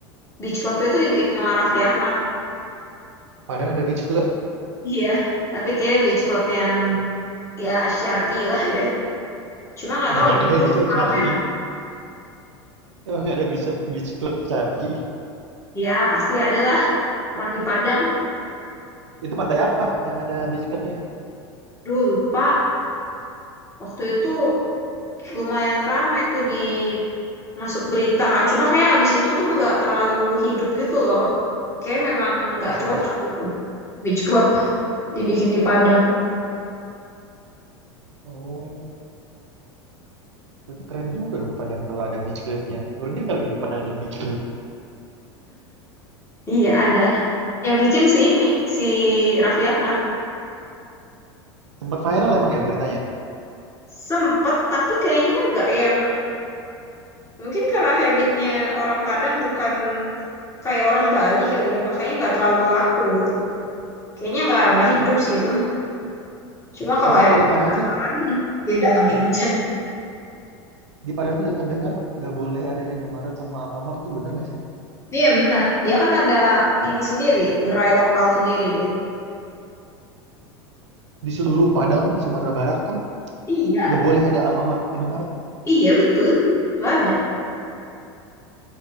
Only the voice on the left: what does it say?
Beach club itu dibikin sama Raffi Ahmad.
Iya, tapi kayak beach club yang ya syar'i lah ya. Cuma nggak
tahu deh,
itu
rame
kan?
Ya pasti ada lah orang di Padang.
Duh lupa waktu itu lumayan rame tuh di masuk berita kan. Cuma kayak abis itu tuh nggak terlalu hidup gitu loh. Kayak memang nggak
cocok
gitu. Beach Club <laughs> dibikin di Padang.
Iya ada. Yang bikin si ini si Raffi Ahmad
sempet tapi kayaknya nggak yang mungkin karena habitnya orang Padang bukan kayak orang Bali kali ya makanya nggak terlalu laku gitu. Kayaknya nggak nggak
hidup sih itu. Cuma kalau
emang
penasaran
<laughs> ya datangin aja.
Iya benar. Dia kan ada ini sendiri, gerai lokal sendiri dia.
Iya,
iya betul. Nggak ada.